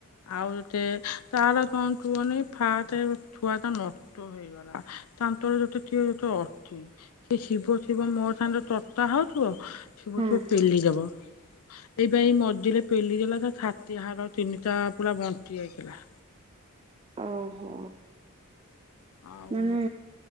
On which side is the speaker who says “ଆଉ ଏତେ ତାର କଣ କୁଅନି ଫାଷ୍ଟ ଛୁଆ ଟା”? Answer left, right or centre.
Left